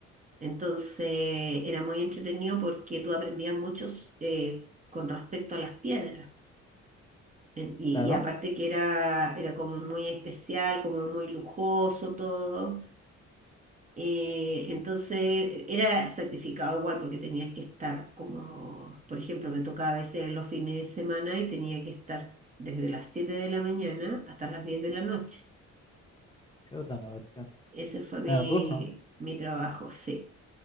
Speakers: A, on the right (about 25°); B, on the left (about 15°).
A: Entonces era muy entretenido porque tú aprendías mucho eh, con respecto a las piedras. En- Y,
B: claro.
A: y aparte que era, era como muy especial, como muy lujoso todo. Eh, entonces era sacrificado igual porque tenías que estar como, por ejemplo, me tocaba a veces los fines de semana y tenía que estar desde las 7 de la mañana hasta las 10 de la noche.
B: Chuta la cuestión.
A: Ese fue mi,
B: Medio turno.
A: mi trabajo, sí,